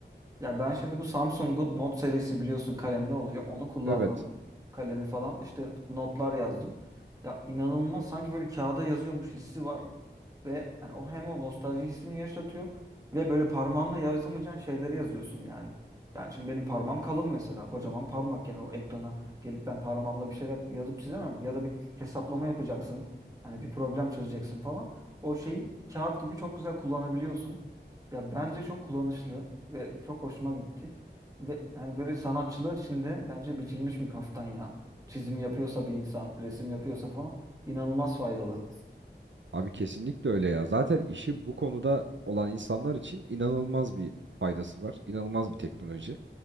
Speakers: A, on the right (about 20°); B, on the right (about 85°).
A: Ya ben şimdi bu Samsung'un Note serisi biliyorsun kalemli oluyor. Onu kullandım.
B: Evet.
A: Kalemi falan işte notlar yazdım. Ya inanılmaz sanki böyle kağıda yazıyormuş hissi var. Ve yani o hem o nostalji hissini yaşatıyor ve böyle parmağınla yazamayacağın şeyleri yazıyorsun yani. Ben şimdi benim parmağım kalın mesela kocaman parmak yani o ekrana gelip ben parmağımla bir şeyler yazıp çizemem ki. ya da bir hesaplama yapacaksın. Hani bir problem çözeceksin falan. O şeyi kağıt gibi çok güzel kullanabiliyorsun. Ya bence çok kullanışlı ve çok hoşuma gitti. Ve yani böyle sanatçılar için de bence biçilmiş bir kaftan ya. Çizim yapıyorsa bir insan, resim yapıyorsa falan inanılmaz faydalı.
B: Abi kesinlikle öyle ya. Zaten işi bu konuda olan insanlar için inanılmaz bir faydası var. İnanılmaz bir teknoloji.